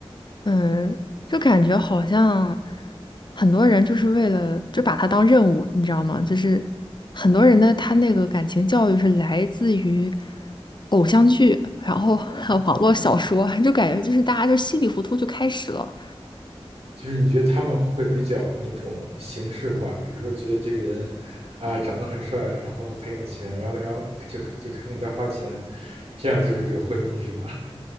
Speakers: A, on the left; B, on the right.
A: 嗯，就感觉好像很多人就是为了就把它当任务，你知道吗？就是很多人的他那个感情教育是来自于偶像剧，然后 <laughs> 还有网络小说，就感觉就是大家就稀里糊涂就开始了。
B: 就是你觉得他们会比较那种形式化，比如说觉得这个人啊长得很帅，然后很有钱，然后然后就就肯给他花钱，这样就是这个婚姻是吧？